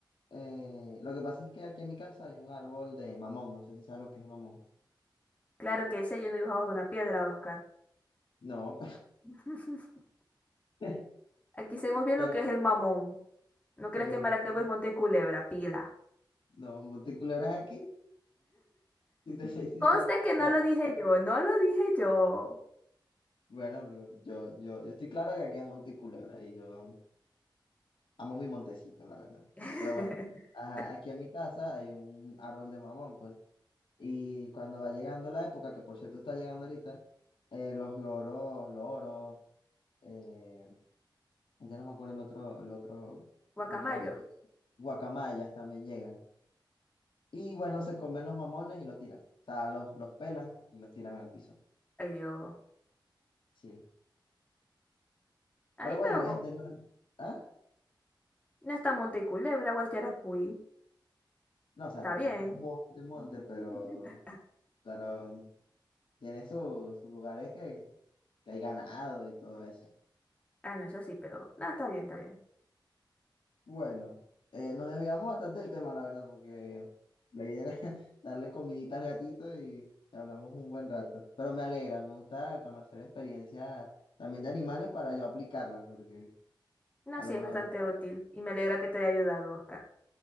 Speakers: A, on the left; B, on the left.
A: eh, lo que pasa es que aquí en mi casa hay un árbol de mamón. No sé si sabes lo que es el mamón.
B: Claro que ese yo no dibujaba una piedra, Oscar.
A: No,
B: <laughs>
A: <laughs>
B: Aquí sabemos bien
A: pero
B: lo que es el mamón. ¿No crees
A: pregunto,
B: que Maracaibo
A: pues,
B: es Monte Culebra, pila?
A: no, ¿Monticulebra es aquí? Y te <laughs> soy sincero,
B: Conste que no
A: Bueno,
B: lo dije yo, no lo dije yo.
A: bueno, pero yo, yo, yo estoy claro que aquí es Monticulebra y yo am- amo mi montecito, la verdad.
B: <laughs>
A: Pero bueno, ajá, aquí en mi casa hay un árbol de mamón, pues. Y cuando va llegando la época, que por cierto está llegando ahorita, eh, los loros, loros, eh, ya no me acuerdo el otro, el otro,
B: Guacamayo.
A: el otro ave que guacamayas también llegan. Y bueno, se comen los mamones y los tiran. O sea, los, los pelan y los tiran al piso.
B: Ay, Dios.
A: Sí.
B: Ay,
A: Pero bueno,
B: pero
A: este no. ¿Ah?
B: no está Monte Culebra, Guayaracuy.
A: No, o sea,
B: Está
A: tampoco
B: bien.
A: es monte, monte,
B: <laughs>
A: pero, pero tiene su- sus lugares que, que hay ganado y todo eso.
B: Ah, no, eso sí, pero no, está bien, está bien.
A: Bueno, eh, nos desviamos bastante del tema, la verdad, porque la idea era <laughs> darle comidita al gatito y hablamos un buen rato. Pero me alegra, me gusta conocer experiencias también de animales para yo aplicarlas, porque
B: No,
A: a
B: sí,
A: lo mejor
B: es bastante útil y me alegra que te haya ayudado, Oscar.